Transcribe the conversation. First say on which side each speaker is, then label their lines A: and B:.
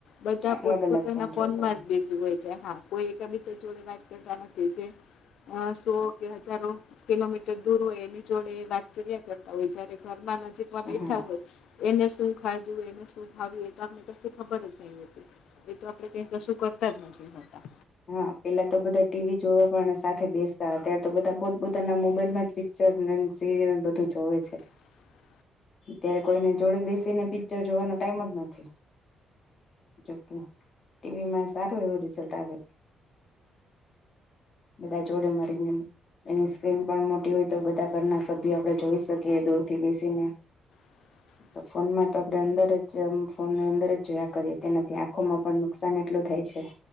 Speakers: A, on the left; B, on the left.
A: બધા
B: અલગ
A: પોતપોતાના
B: અલગ ફોન જોતો
A: ફોનમાં જ બીઝી હોય છે હા કોઈ એક બીજા જોડે વાત કહેતા નથી જે સો કે હજારો કિલોમીટર દૂર હોય એની જોડે વાત કર્યા કરતા હોય જયારે ઘરમાં નજીક માં બે
B: હા
A: હોય એને શું ખાધું એને શું ખાવ્યું એ તો આપને <unintelligible> ખબર જ નઈ હોતી. એ તો આપડે ક્યાંય કશું કરતા જ નથી હોતા.
B: હા પેલા તો બધા ટીવી જોવા પણ સાથે બેસતા હતા અત્યારે તો બધા પોતપોતાના મોબાઈલ માં સીરયલ બધું જોવે છે.
A: <inaudible>
B: ત્યારે કોઈને જોડે બેસીને પિક્ચર જોવાનો ટાઈમ જ નથી. જોકે ટીવી માં સારું એવું રિઝલ્ટ આવે બંધા જોડે મળીને એની સ્ક્રીન પણ મોટી હોય તો બધા ઘરના સભ્ય આપડે જોઈ શકીએ દૂર થી બેસીને
A: <inaudible>
B: તો ફોનમાં તો આપણે અંદર જ ફોનને અંદર જ જોયા કરીએ તેનાથી આંખોમાં પણ નુકસાન એટલું થાય છે.